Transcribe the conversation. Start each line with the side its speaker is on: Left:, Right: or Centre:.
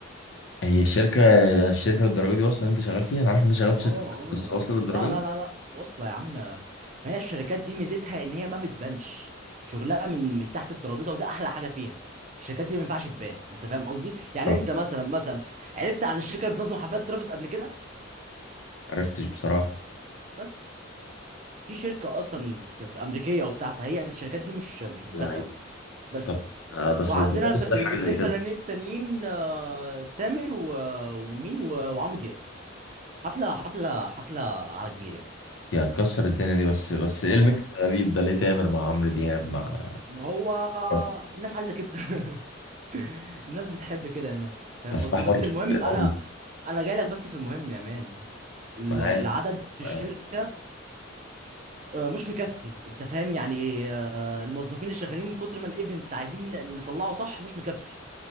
Left: هي الشركة الشركة للدرجة دي واصلة إن أنت شغال فيها أنا عارف إن أنت شغال
Right: اه
Left: في شركة
Right: اه
Left: بس واصلة للدرجة
Right: لا لا
Left: دي
Right: لا لا واصله يا عم ما هي الشركات دي ميزتها ان هي ما بتبانش شغلها من من تحت الترابيزه وده احلى حاجه فيها الشركات دي ما ينفعش تبان انت فاهم قصدي يعني
Left: طب
Right: انت مثلا مثلا عرفت عن الشركه اللي بتنظم حفلات ترافيس قبل كده
Left: معرفتش بصراحة
Right: بس في شركه اصلا في في امريكيه وبتاع فهي الشركات دي مش مش بتبان
Left: لعيب
Right: قوي بس
Left: طب آه بس
Right: وعندنا
Left: هتظبطوا
Right: ف... الاثنين
Left: ازاي حاجه زي كده
Right: فنانين التانيين آه، تامر و... ومين و... وعمرو دياب حفله حفله حفله على كبير يعني
Left: دي هتكسر الدنيا دي بس بس إيه
Right: اه
Left: الميكس الغريب ده ليه تامر مع عمرو دياب مع
Right: ما هو
Left: آه.
Right: الناس عايزه كده <laughs> الناس بتحب كده يا مان فاهم
Left: بس
Right: قصدي
Left: ده حوار
Right: بس
Left: كبير
Right: المهم انا
Left: قوي
Right: انا جاي لك بس في المهم يا مان ال-
Left: معاك
Right: العدد في الشركه
Left: معاك
Right: آه، مش مكفي انت فاهم يعني آه، الموظفين اللي شغالين من كتر ما الايفنت عايزين ن- نطلعه صح مش مكفي